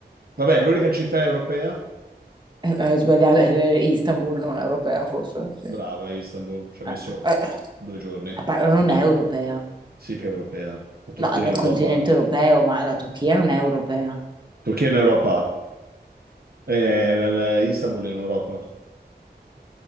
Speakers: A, on the right; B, on the right.
A: Vabbè, l'unica città europea?
B: Eh, Hai sbagliato, eh, Istanbul non è europea forse? Sì.
A: Brava, Istanbul. Ci ha
B: Eh,
A: messo
B: eh,
A: due giorni.
B: eh, pa- non è europea.
A: Sì che è europea. La Turchia
B: No, è nel
A: è in Europa.
B: continente europeo, ma la Turchia non è europea,
A: Turchia è in Europa. Eh, eh, la- la- Istanbul è in Europa.